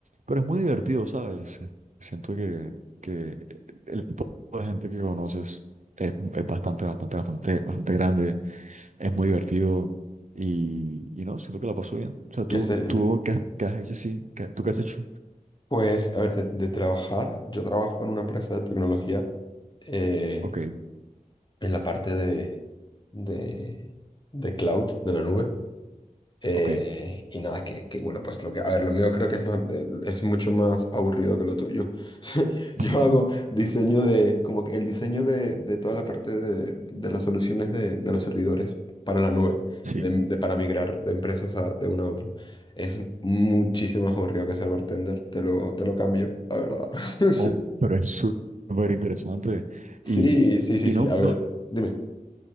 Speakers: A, on the right; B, on the left.
A: pero es muy divertido, ¿sabes? Siento que, que el tipo de gente que conoces es, es bastante, bastante, bastante, bastante grande. es muy divertido y, y no, siento que la paso bien. O sea, tú,
B: Y ese,
A: tú qué, has qué has hecho, sí, ¿Qué- tú qué has hecho.
B: pues, a ver, de, de trabajar, yo trabajo en una empresa de tecnología eh,
A: Ok,
B: en la parte de, de, de cloud, de la nube. Eh,
A: ok.
B: y nada, que, que bueno, pues lo que, a ver, lo mío creo que es, no- eh, es mucho más aburrido que lo tuyo. <laughs>
A: <laughs>
B: Yo hago
A: Ujú.
B: diseño de, como que el diseño de, de toda la parte de, de las soluciones de, de los servidores para la nube,
A: Sí.
B: de, de- para migrar de empresas a- de una a otra. Es muchísimo más aburrido que ser bartender, te lo, te lo cambio, la verdad. <laughs>
A: Oh, pero es súper interesante.
B: Sí,
A: Y,
B: sí, sí,
A: y
B: sí,
A: no,
B: a ver,
A: no,
B: dime.